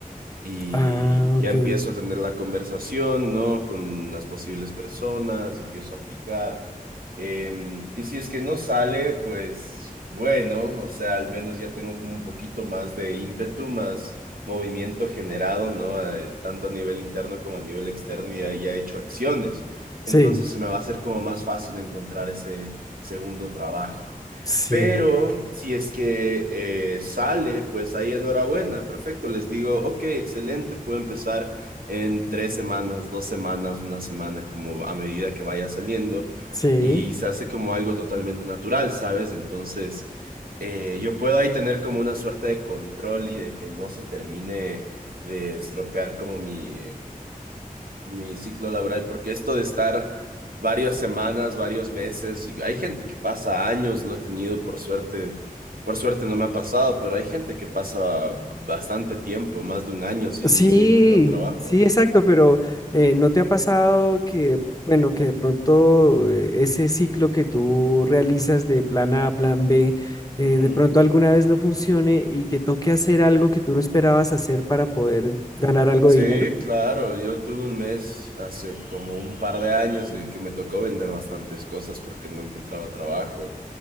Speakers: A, on the right; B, on the left.
A: y
B: Ah,
A: ya
B: ok.
A: empiezo a tener la conversación, ¿no? Con las posibles personas, empiezo a aplicar. Eh, y si es que no sale, pues bueno, o sea, al menos ya tengo como un poquito más de ímpetu, más movimiento generado, ¿no? Eh, tanto a nivel interno como a nivel externo, y ya, ya he hecho acciones. Entonces
B: Sí,
A: se me va a hacer como más fácil encontrar ese segundo trabajo.
B: sí,
A: Pero si es que eh, sale, pues ahí enhorabuena, perfecto. Les digo, ok, excelente, puedo empezar en tres semanas, dos semanas, una semana, como a medida que vaya saliendo.
B: sí.
A: Y se hace como algo totalmente natural, ¿sabes? Entonces, eh, yo puedo ahí tener como una suerte de control y de que no se termine de estropear como mi, mi ciclo laboral, porque esto de estar varias semanas, varios meses, hay gente que pasa años, no he tenido por suerte, por suerte no me ha pasado, pero hay gente que pasa bastante tiempo, más de un año sin,
B: Sí,
A: sin encontrar un trabajo.
B: sí, exacto, pero eh, ¿no te ha pasado que, bueno, que de pronto eh, ese ciclo que tú realizas de plan A a plan B, eh,
A: Ujú.
B: de pronto alguna vez no funcione y te toque hacer algo que tú no esperabas hacer para poder ganar algo
A: Sí,
B: de dinero?
A: claro, yo tuve un mes hace como un par de años de que me tocó vender bastantes cosas porque no encontraba trabajo.